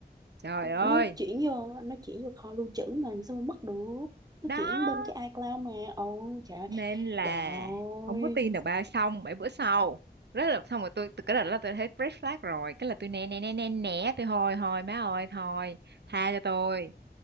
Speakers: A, on the right (about 75°); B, on the right (about 20°).
A: trời ơi
B: nó chuyển vô nó chuyển vô kho lưu trữ mà làm sao mà mất được nó
A: đó
B: chuyển bên cái iCloud mà ôi trời ơi,
A: nên là
B: trời ơi
A: không có tin được ba xong bảy bữa sau rất là xong rồi tôi từ cái đợt đó tôi thấy red flag rồi cái là tôi né né né né né tôi thôi thôi má ơi thôi tha cho tôi